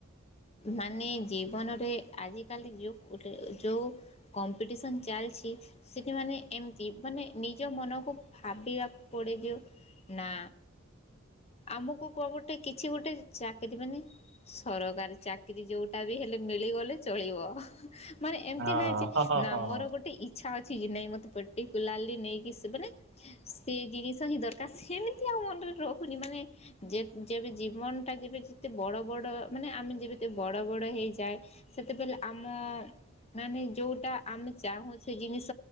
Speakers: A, on the left; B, on the right.
A: ମାନେ ଜୀବନରେ ଆଜିକାଲି ଯଉ ଯୋଉ କମ୍ପିଟିସନ ଚାଲିଛି ସେଠିମାନେ ଏମିତି ମାନେ ନିଜ ମନକୁ ଭାବିବାକୁ ପଡେ ଯେ ନା ଆମକୁ କୁହ ଗୋଟେ କିଛି ଗୋଟେ ଚାକିରି ମାନେ ସରକାରୀ ଚାକିରୀ ଯୋଉଟା ବି ହେଲେ ମିଳିଗଲେ ଚଳିବ। ମାନେ ଏମିତି
B: ହଁ
A: ନାହିଁ ଯେ
B: ହଁ
A: ନା
B: ହଁ
A: ମୋର
B: ହଁ
A: ଗୋଟେ ଇଚ୍ଛା ଅଛି କି ନାଇ ମୋତେ ପର୍ଟିକୁଲାରଲି ନେଇକି ସେ ମାନେ ସେ ଜିନିଷ ହିଁ ଦରକାର ସେମିତି ଆଉ ମନରେ ରଖ ମାନେ ଯେ ଯେବେ ଜୀବନ ଟା ଯେବେ ଯେତେ ବଡ ବଡ ମାନେ ଆମେ ଯେବେ ବଡ ବଡ ହେଇ ଯାଏ ସେତେବେଳେ ଆମ ମାନେ ଯୋଉଟା ଆମେ ଚାହୁଁ ସେ ଜିନିଷ